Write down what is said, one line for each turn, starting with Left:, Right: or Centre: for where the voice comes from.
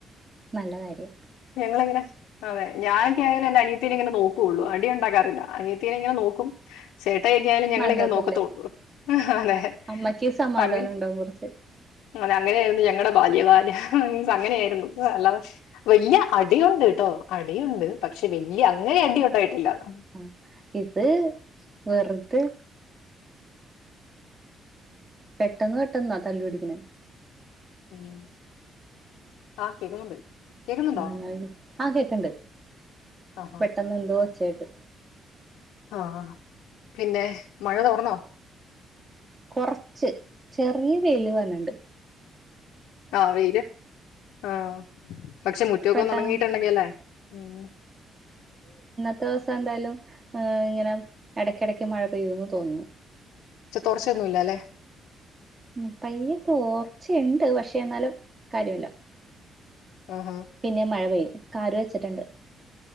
Right: നല്ലകാര്യം
Left: ഞങ്ങളിങ്ങനെ അതെ ഞാൻ കെയറി എന്റെ അനിയത്തിനെ ഇങ്ങനെ നോക്കുള്ളു അടിയുണ്ടാക്കാറില്ല. അനിയത്തിനെ ഇങ്ങനെ നോക്കും ചേട്ടായിയൊക്കെ ആയാലും ഞങ്ങളിങ്ങനെ
Right: നല്ലതല്ലേ
Left: നോക്കത്തോള്ളൂ. അതെ
Right: അമ്മക്ക് സമാധാനം
Left: അങ്ങനെ
Right: ഉണ്ടാവും കുറച്ച്
Left: അതെ അങ്ങനെയായിരുന്നു ഞങ്ങടെ ബാല്യ കാലം അങ്ങനെയിയിരുന്നു. അല്ലാതെ വല്ല്യ അടിയുണ്ട്ട്ടോ അടിയുണ്ട് പക്ഷെ വല്ല്യ അങ്ങനെ അടിയുണ്ടായിട്ടില്ലാത്രം.
Right: ആഹ് ഇത് വെറുതെ പെട്ടെന്ന് പെട്ടെന്നാ തല്ലുപടിക്ക്ണെ.
Left: ഉം ആഹ് കേക്കുന്നുണ്ട്. കേക്കുന്നുണ്ടോ
Right: നാലായിരം ആഹ് കേക്ക്ണ്ട്
Left: ആഹാ
Right: പെട്ടന്ന് എന്തോ ഒച്ചേട്ട്.
Left: ആഹ് പിന്നെ മഴ തോർന്നോ?
Right: കുർച്ച് ചെറിയ വെയില് വര്ന്ണ്ട്.
Left: ആഹ് വെയില് ആഹ് പക്ഷെ മുറ്റക്കൊ
Right: പെട്ടാ
Left: ഒന്ന് ഉണങ്ങിട്ടുണ്ടെങ്കി അല്ലേ ഉം
Right: പത്ത്സം എന്തായാലും ഇങ്ങനെ എടക്കെടക്ക് മഴ പെയ്യൂന്ന് തോന്നുന്നു
Left: ചെ തൊറച്ചയൊന്നുല്ലല്ലേ.
Right: ഉം പയ്യെ തോർച്ചയ്ണ്ട് പക്ഷേ എന്നാലും കാര്യല്ല.
Left: ആഹ് ആഹ്
Right: പിന്നെ മഴ പെയ്യും കാറ് വെച്ചിട്ടുണ്ട്.